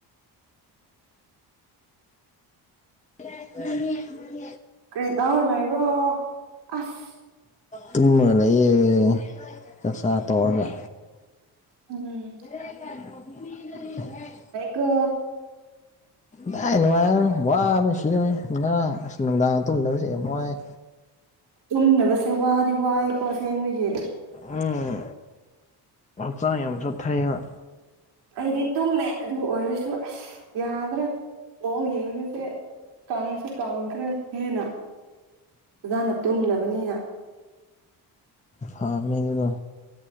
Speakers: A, on the left; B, on the right.
A: <unintelligible>
B: ꯀꯔꯤ ꯇꯧꯔ ꯂꯩꯕ꯭ꯔꯣ ꯑꯁ
A: ꯇꯨꯝꯃꯒ ꯂꯩꯌꯦ ꯆꯥꯛ ꯆꯥ ꯇꯣꯛꯂꯒ
B: ꯎꯝ
A: ꯂ <unintelligible>
B: ꯀꯥ
A: ꯥꯀꯗꯥꯏ ꯅꯨꯡꯉꯥꯏꯕꯅꯣ ꯋꯥꯕꯅ ꯁꯤꯗꯣꯔꯦ ꯈꯔꯥꯡ ꯑꯁ ꯅꯨꯡꯗꯥꯡ ꯇꯨꯝꯗꯕꯁꯦ ꯌꯥꯝ ꯋꯥꯏꯌꯦ
B: ꯇꯨꯝꯗꯕꯁꯦ ꯋꯥꯗꯤ ꯋꯥꯏꯑꯦꯀꯣ ꯁꯦꯡꯕꯒꯤ
A: ꯎꯝ ꯍꯛꯆꯥꯡ ꯌꯥꯝ ꯆꯣꯛꯊꯩꯕ
B: ꯑꯩꯗꯤ ꯇꯨꯝꯃꯦ ꯑꯗꯨ ꯑꯣꯏꯔꯁꯨ ꯑꯁ ꯌꯥꯗ꯭ꯔꯦ ꯃꯑꯣꯡ ꯌꯦꯡꯕꯁꯦ ꯀꯪꯁꯨꯦ ꯀꯪꯈ꯭ꯔꯦ ꯍꯦꯟꯅ ꯐꯖꯅ ꯇꯨꯝꯗꯕꯅꯤꯅ
A: ꯐꯥꯕꯅꯤ ꯑꯗꯨꯗꯣ